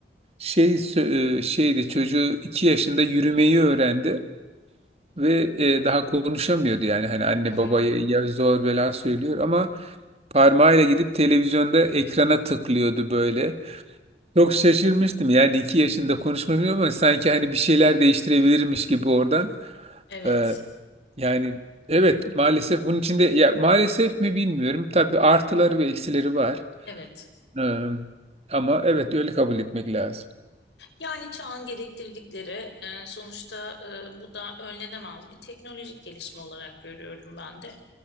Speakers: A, on the right (about 35°); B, on the left (about 85°).
A: Şey sö- e, şeydi çocuğu 2 yaşında yürümeyi öğrendi ve e, daha konuşamıyordu yani hani anne
B: Hı hı.
A: babaya ya zor bela söylüyor ama parmağıyla gidip televizyonda ekrana tıklıyordu böyle. Çok şaşırmıştım yani iki yaşında konuşmamıyor ama sanki hani bir şeyler değiştirebilirmiş gibi oradan.
B: Evet.
A: Ee, yani evet maalesef bunun içinde ya maalesef mi bilmiyorum tabii artıları ve eksileri var.
B: Evet.
A: Ee, ama evet öyle kabul etmek lazım.
B: Yani çağın gerektirdikleri e, sonuçta e, bu da önlenemez bir teknolojik gelişme olarak görüyorum ben de.